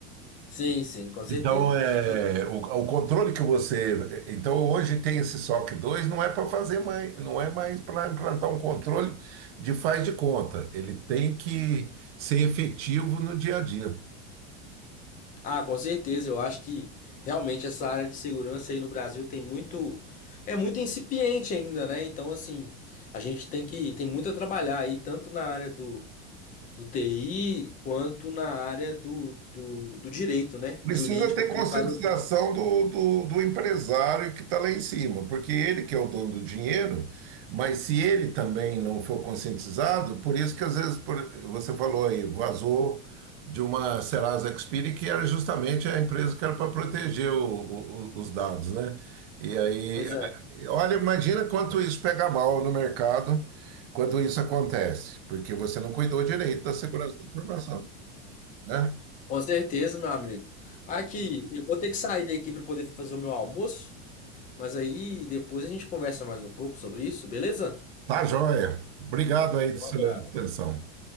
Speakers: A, on the left; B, on the right.
A: Sim, sim, com certeza.
B: Então, é,
A: Com certeza.
B: o, o controle que você. Então, hoje tem esse SOC dois não é para fazer mais, não é mais para implantar um controle de faz de conta. Ele tem que ser efetivo no dia a dia.
A: Ah, com certeza. Eu acho que realmente essa área de segurança aí no Brasil tem muito, é muito incipiente ainda, né? Então, assim, a gente tem que tem muito a trabalhar aí, tanto na área do, do TI quanto na área do, do, do direito, né?
B: Precisa
A: Jurídica,
B: ter
A: por
B: conscientização
A: causa da...
B: do, do, do empresário que está lá em cima, porque ele que é o dono do dinheiro, mas se ele também não for conscientizado, por isso que às vezes por- você falou aí, vazou de uma Serasa Experian, que era justamente a empresa que era para proteger o- o- o- os dados, né? E aí,
A: Pois é,
B: olha, imagina quanto isso pega mal no mercado quando isso acontece, porque você não cuidou direito da segurança da informação, né?
A: com certeza, meu amigo. Aqui, eu vou ter que sair aqui para poder fazer o meu almoço, mas aí depois a gente conversa mais um pouco sobre isso, beleza?
B: Tá joia. Obrigado aí da
A: Um
B: sua
A: abraço.
B: atenção.